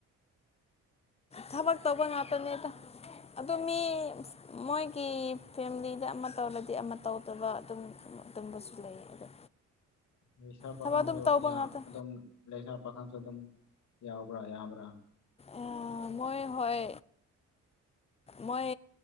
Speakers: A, on the left; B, on the left.
A: ꯊꯕꯛ ꯇꯧꯕ ꯉꯥꯛꯇꯅꯦꯗ ꯑꯗꯨ ꯃꯤ ꯃꯣꯏꯒꯤ ꯐꯦꯝꯂꯤꯗ ꯑꯃ ꯇꯧꯔꯗꯤ ꯑꯃ ꯇꯧꯗꯕ ꯑꯗꯨꯝ ꯑꯗꯨꯝꯕꯁꯨ
B: ꯎꯝ
A: ꯂꯩ ꯑꯗꯣ
B: ꯂꯩꯁꯥ ꯄꯥꯈꯪꯁꯨ
A: ꯊꯕꯛ ꯑꯗꯨꯝ ꯇꯧꯕ
B: ꯌꯥ
A: ꯉꯥꯛꯇ
B: ꯑꯗꯨꯝ ꯂꯩꯁꯥ ꯄꯥꯈꯪꯁꯨ ꯑꯗꯨꯝ ꯌꯥꯎꯕ꯭ꯔꯥ ꯌꯥꯝꯕ꯭ꯔꯥ
A: ꯑꯥ ꯃꯣꯏ ꯍꯣꯏ ꯃꯣꯏ